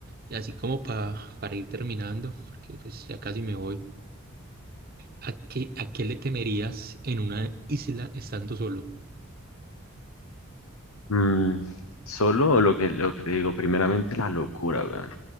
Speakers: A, on the right (about 45°); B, on the left (about 80°).
A: Y así como pa- para ir terminando, porque pues ya casi me voy. ¿A qué, a qué le temerías en una isla estando solo?
B: Mm, solo lo que, lo que te digo, primeramente la locura, weón.